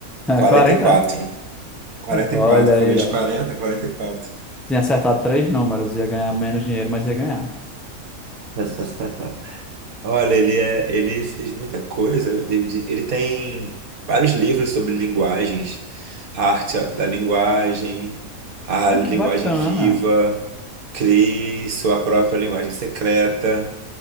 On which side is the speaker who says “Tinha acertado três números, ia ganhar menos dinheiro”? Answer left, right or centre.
Centre